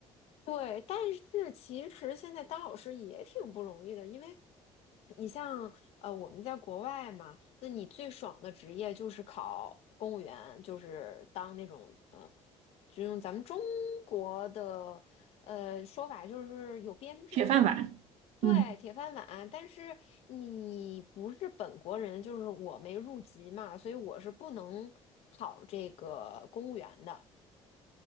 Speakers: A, on the left (about 60°); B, on the right (about 65°).
A: 对，但是其实现在当老师也挺不容易的，因为你像呃我们在国外嘛，那你最爽的职业就是考公务员，就是当那种呃，就用咱们中国的呃说法就是有编制嘛，
B: 铁饭碗。
A: 对，
B: 嗯，
A: 铁饭碗。但是你不是本国人，就是我没入籍嘛，所以我是不能考这个公务员的。